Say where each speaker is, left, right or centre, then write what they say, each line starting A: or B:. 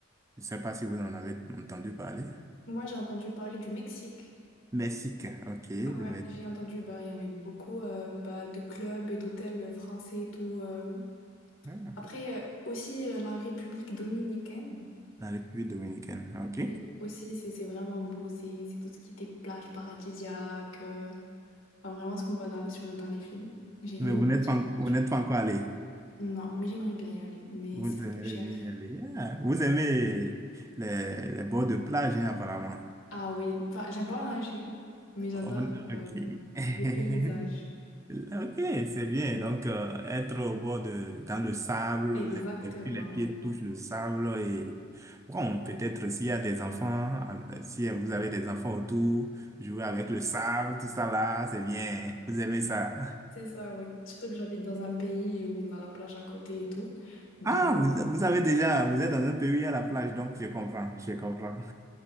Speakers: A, on the right (about 15°); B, on the left (about 90°).
A: Je ne sais pas si vous en avez entendu parler.
B: Moi j'ai entendu parler du Mexique.
A: Mexique, ok, le
B: Ouais,
A: Mexique.
B: j'ai entendu, bah, il y avait beaucoup euh, bah, de clubs et d'hôtels français et tout. euh,
A: Ah,
B: Après, euh, aussi euh, la République dominicaine,
A: La République dominicaine, ok.
B: oui, aussi c'est c'est vraiment beau, c'est c'est tout ce qui était plage paradisiaque, euh, enfin, vraiment ce qu'on voit dans les, sur, dans les films. J'ai vu
A: Mais
B: une
A: vous
B: équipe
A: n'êtes pas, en-
B: là-dessus.
A: vous n'êtes pas encore allé.
B: Non, mais j'aimerais bien y aller, mais
A: Vous
B: c'est un
A: aimez
B: peu cher.
A: bien y aller. Ah, vous aimez les, les bords de plage, hein, apparemment.
B: Ah oui, enfin, j'aime pas nager, mais j'adore
A: Bon,
B: euh,
A: Ok. <laughs>
B: les paysages.
A: Ok, c'est bien. Donc, euh, être au bord de, dans le sable,
B: Exactement,
A: les, et puis les pieds
B: oui.
A: touchent le sable et bon, peut-être s'il y a des enfants, euh, si vous avez des enfants autour, jouer avec le sable, tout ça là, c'est bien. Vous aimez ça.
B: C'est ça, oui. Surtout que j'habite dans un pays où on a la plage à côté et tout. Donc,
A: Ah, vous, vous avez déjà, vous êtes dans un pays à la plage, donc je comprends, je comprends. <laughs>